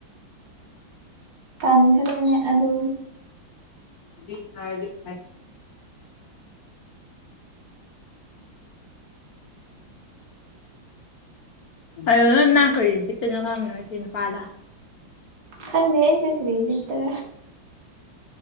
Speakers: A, on the right; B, on the left.
A: ꯇꯟꯈ꯭ꯔꯦꯅꯦ ꯑꯗꯨ
B: ꯕꯤꯍꯥ ꯍꯥꯏꯥ ꯑꯅꯅꯥ ꯀ ꯄꯇꯅ ꯀꯃꯤꯖꯤ ꯄꯥꯗ
A: ꯈꯪꯗꯦ ꯑꯩꯁꯨꯦ ꯀꯗꯤꯕꯤꯠꯇ꯭ꯔꯥ